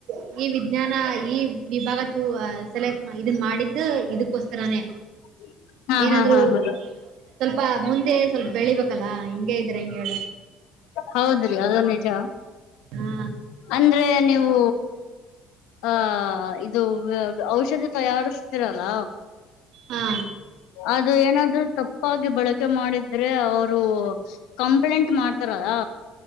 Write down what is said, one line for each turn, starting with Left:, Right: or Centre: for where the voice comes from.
Right: ಈ ಈ ವಿಜ್ಞಾನ ಈ ವಿಭಾಗ ತೂ ಸೆಲೆಕ್ ಮಾ ಇದುನ್ ಮಾಡಿದ್ದು ಇದಕೊಸ್ಕರನೇ.
Left: <inaudible>
Right: ಏನಾದ್ರು.
Left: ಹಾ ಹಾ ಹೌದು
Right: ಸ್ವಲ್ಪ ಮುಂದೆ ಸ್ವಲ್ಪ್ ಬೆಳಿಬೇಕಲ್ಲಾ ಹಿಂಗೆ ಇದ್ರೆ ಹೆಂಗೇಳು.
Left: ಹೌದ್ರಿ ಅದು ನಿಜ.
Right: ಹಾ
Left: ಅಂದ್ರೆ ನೀವು. ಹ ಇದು ಔಷದಿ ತಯಾರಿಸ್ತಿರಲ್ಲ.
Right: ಹಾ
Left: ಅದು ಏನಾದ್ರೂ ತಪ್. ಕಾಫಿ ಬೆಳಗ್ಗೆ ಮಾಡಿದ್ರೆ ಅವರು ಕಂಪ್ಲೇಂಟ್ ಮಾಡ್ತಾರಲಾ.